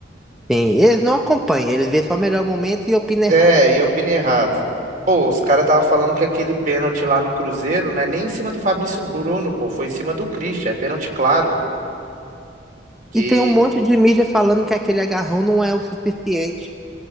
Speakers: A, in the centre; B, on the right.
A: Sim, eles não acompanham, eles vêem só o melhor momento e opinam
B: É,
A: errado.
B: e eu opinei errado. Pô, os caras tava falando que aquele pênalti lá no Cruzeiro, né, nem em cima do Fabrício Bruno, pô, foi em cima do Christian, é pênalti claro. Que...
A: E tem um monte de mídia falando que aquele agarrão não é o suficiente.